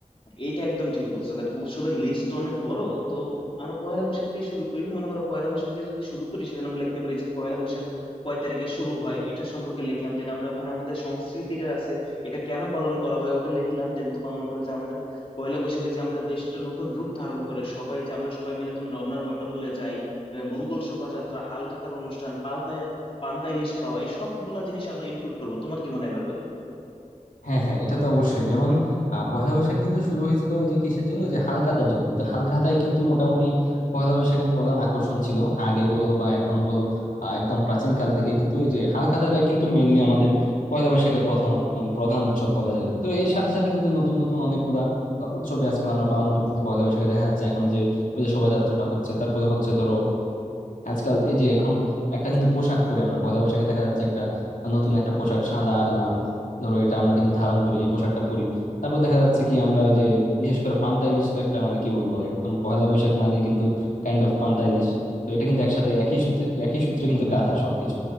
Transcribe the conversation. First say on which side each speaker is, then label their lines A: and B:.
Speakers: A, on the left; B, on the left.
A: এটা একদম ঠিক বলছো কারণ কি উৎসবের লিস্ট অনেক বড় তো আমরা পয়লা বৈশাখ দিয়ে শুরু করি মনে করো পয়লা বৈশাখ দিয়ে যদি শুরু করি সেখানে আমরা লিখতে পারি যে পয়লা বৈশাখ কয় তারিখে শুরু হয় এটা সম্পর্কে লিখলাম দেন আমরা ওখানে আমাদের সংস্কৃতিটা আছে এটা কেন পালন করা হয় ওটা লিখলাম দেন তোমার মনে করো যে আমাদের পয়লা বৈশাখে যে আমাদের দেশ এটা নতুন রূপ ধারণ করে সবাই যে আমরা সবাই মিলে তোমার রমনার বটমূলে যাই আহ, মঙ্গল শোভাযাত্রা হালখাতার অনুষ্ঠান পাল্টায় পান্তা ইলিশ খাওয়া এই সবগুলা জিনিস আমরা ইনক্লুড করবো তোমার কি মনে হয় এ ব্যাপারে
B: হ্যাঁ হ্যাঁ এটা তো অবশ্যই যেমন আহ, পহেলা বৈশাখ কিন্তু শুরু হয়েছিল ওই যে কিসের জন্য যে হালখাতার জন্য কিন্তু হালখাতাই কিন্তু মোটামুটি পহেলা বৈশাখের প্রধান আকর্ষণ ছিল আগে বলো বা এখন বলো আহ, একদম প্রাচীন কাল থেকে কিন্তু এই যে হালখাতাটাই কিন্তু মেইনলি আমাদের পয়লা বৈশাখের প্রধান মানে প্রধান উৎসব বলা যায় কিন্তু এর সাথে সাথে কিন্তু নতুন নতুন অনেকগুলা আহ, উৎসবে আজকাল আমরা পালন করতেছি পয়লা বৈশাখে দেখা যাচ্ছে এখন যে ওই যে শোভাযাত্রাটা হচ্ছে তারপরে হচ্ছে ধরো আজকাল এই যে এখন একটা কিন্তু পোশাক পরি আমরা পয়লা বৈশাখে দেখা যাচ্ছে একটা নতুন একটা পোশাক সাদা আর লাল ধরো এটা আমরা কিন্তু ধারণ করি এই পোশাকটা পরি তারপর দেখা যাচ্ছে কি আমরা ওই যে বিশেষ করে পান্তা ইলিশ তো একটা মানে কি বলবো একদম পয়লা বৈশাখ মানে কিন্তু কাইন্ড অফ পান্তা ইলিশ তো এটা কিন্তু একসাথে একই সূত্রে একই সূত্রে কিন্তু গাঁথা সবকিছু